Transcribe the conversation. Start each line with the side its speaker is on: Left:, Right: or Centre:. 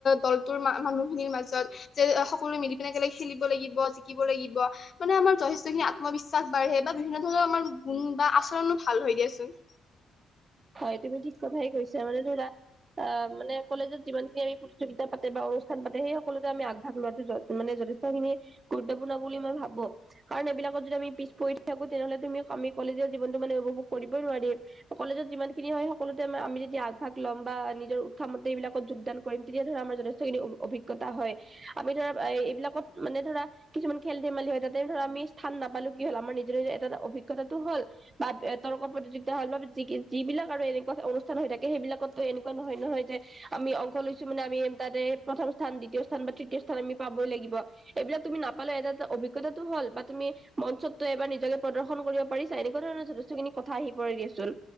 Left: দলটোৰ মানুহখিনিৰ মাজত। যে সকলো মিলি পিনে একেলগে খেলিব লাগিব, যিক জিকিব লাগিব মানে আমাৰ যথেষ্ট খিনি আত্মবিশ্বাস বাঢ়ে বা বিভিন্ন ধৰণৰ আমাৰ গুণ বা আছ- ধৰণো ভাল হয় দিয়াচোন।
Right: হয় তুমি ঠিক কথাই কৈছা মানে ধৰা অ মানে কলেজত যিমানখিন আমি প্ৰতিযোগিতা পাতে বা অনুষ্ঠান পাতে সেই সকলোতে আমি আগভাগ লোৱাতো মানে যথে- টখিনি গুৰুত্বপূৰ্ণ বুলি মই ভাবো। কাৰণ এইবিলাকত যদি আমি পিছ পৰি থাকো তেনেহলে তুমি আমি কলেজ যে জীনটো মানে উপভোগ কৰিবই নোৱাৰিম। কলেজত যিমান খিনি হয় সকলোতে আমি যদি আগভাগ ল'ম বা নিজৰ উৎসামতে এইবিলাকত যোগদান কৰিম তেতিয়া ধৰা আমাৰ যথেষ্ঠ <unintelligible> অভিজ্ঞতা হয় আমি ধৰা এইবিলাকত মানে ধৰা কিছুমান খেল ধেমালি হয়, তাতে ধৰা আমি স্থান নাপালো কি হ'ল? আমাৰ নিজৰে এটা অভিজ্ঞতাটো হ'ল। বাপ ইয়ত তৰ্ক প্ৰতিযোগিতা হয় বা বৃদ্ধি যিবিলাক আৰু এনেকুৱা অনুষ্ঠান হৈ থাকে সেইবিলাকতো এনেকুৱা নহয় নহয় যে আমি অংশ লৈছো মানে আমি তাতে প্ৰথম স্থান, দ্বিতীয় স্থান বা তৃতীয় স্থান আমি পাবই লাগিব। এইবিলাক তুমি নাপালে এটা এটা অভিজ্ঞতাটো হ'ল বা তুমি মঞ্চতটো এবাৰ নিজকে প্ৰদৰ্শন কৰিব পাৰি ছা এনেকুৱা ধৰণৰ যথেষ্ট খিনি কথা আহি পৰে দিয়াচোন।